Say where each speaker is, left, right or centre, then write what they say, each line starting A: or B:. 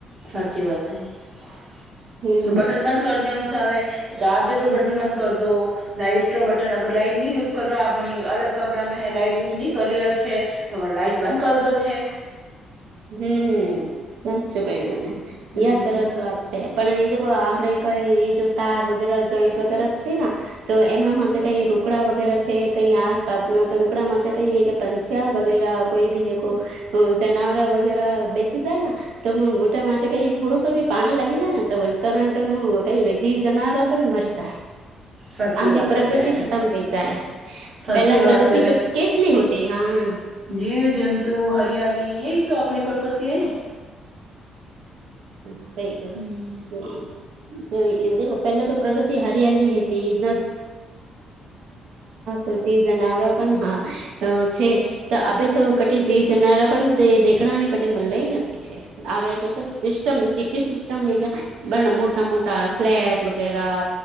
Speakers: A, on the right; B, on the right.
A: સાચી વાત હૈ
B: હમ
A: બટન બંધ કરી દેનુ છે, હવે ચાર્જર પર બટન બંધ કર દો લાઈટ બટન અગર લાાઈટ નહી યુઝ કર આપણી અલગ કામરામાં હ લાઈટ યુઝ નહી કરી રહ્યા છે. તો લાઈટ બંધ કરી દો છે.
B: હમ સાચું કય્યું તમે
A: હમ
B: સરસ વાત છે પણ એ આપડ કઈ એ જો તાર વગેરે જોઈન્ટ વગેરે છે તો એમના માટે કઈ રૂકડા વગેરે છે કઈ આસપાસમાં તો રૂકડા માટે કઈ પંછ્યા વગેરા કોઈ ભી દેખો જનાવરા વગેરા બેસી જાય તો મોટા માટે કઈ થોડું સો નૂ પાણી લાગી જાય ને તો કરંટ નું કઈ જનાર પણ મરજાય
A: સાચી
B: આમડી
A: વાત
B: પ્રગતિ
A: હે બેન
B: ખતમ થઈ જાય
A: સાચી
B: પેલા પ્રગતિ
A: વાત
B: કેટલી હોતે હા
A: જીવજંતુ હરિયાળલી એ તો આપણી પ્રકૃતિ એ ને
B: ફસાઈ ગયો
A: હમ
B: હમ્મ જો ઈ પેલા તો પ્રોજક્ટ હાલી હતી <unintelligible> તો પછી જીવ જનાવર પણ હા અ છે તો આે તો કટી જીવ જનારા પણ દેખડાને કટ મલય નથી છે આવે છે સિસ્ટમ સિટી સિસ્ટમ બ મોટા મોટા ફ્લેટ વગેરા